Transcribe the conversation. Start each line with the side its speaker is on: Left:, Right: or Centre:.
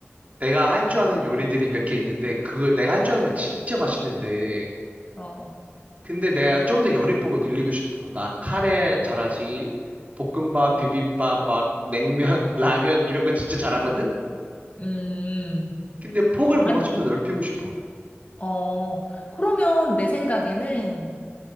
Right: 내가 할 줄 아는 요리들이 몇 개 있는데, 그거 내가 할
Left: 어,
Right: 줄 아는 거 진짜 맛있는데.
Left: 어,
Right: 근데 내가 좀 더 요리 폭을 늘리고 싶어. 나 카레 잘하지. 볶음밥, 비빔밥, 막 냉면, <laughs> 라면 이런 거 진짜 잘하거든?
Left: 음,
Right: 근데 폭을 뭔가
Left: 안,
Right: 좀 더 넓히고 싶어.
Left: 어. 그러면 내 생각에는